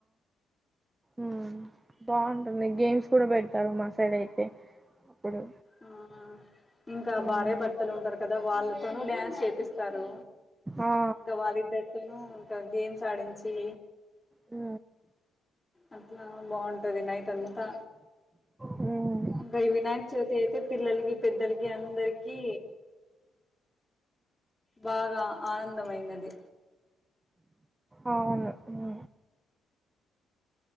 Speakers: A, on the right; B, on the left.
A: ఉమ్ బాగుంటుంది గేమ్స్ కూడా పెడతారు మా సైడ్ అయితే అప్పుడు
B: ఆ ఇంకా
A: హ్మ్
B: భార్య భర్తలు ఉంటారు కదా వాళ్ళు తోను డాన్స్ చిప్స్ స్తారు
A: ఆ
B: ఇంకా వాళ్ళిద్దరితోనూ ఇంకా గేమ్స్ ఆడించి
A: ఆ
B: అట్లా బాగుంటది నైట్ అంతా
A: హ్మ్
B: ఇంకా ఈ వినాయక చవితి అయితే పిల్లలకి పెద్దలకి అందరికి బాగా ఆనందమైనది
A: అవును ఉమ్